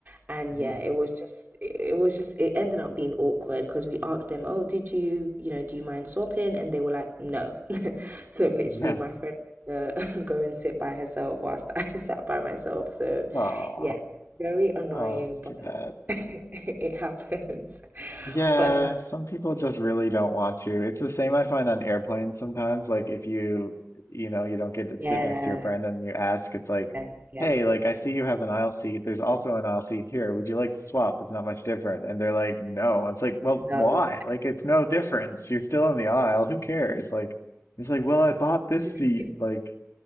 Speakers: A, on the right (about 40°); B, on the left (about 80°).
A: And
B: Mm-hmm.
A: yeah, it was just it it was just it ended up being awkward because we asked them, "Oh, did you, you know, do you mind swapping?" And they were like, "No." <laughs> So literally
B: Yeah.
A: my friend had to <laughs> go and sit by herself whilst I <laughs> sat by myself. So
B: <laughs> Aw.
A: yeah, very annoying,
B: Oh, that's too
A: but
B: bad.
A: <laughs> it happens.
B: Yeah,
A: But no.
B: some people just really don't want to. It's the same I find on airplanes sometimes. Like if you, you know, you don't get to
A: Yeah,
B: sit next to your friend and you ask, it's like,
A: yes, yes.
B: hey, like I see you have an aisle seat. There's also an aisle seat here. Would you like to swap? It's not much different. And they're like, no. And it's like, well,
A: No.
B: why? Like it's no difference. You're still in the aisle. Who cares? Like it's like, well, I bought this
A: <laughs>
B: seat. Like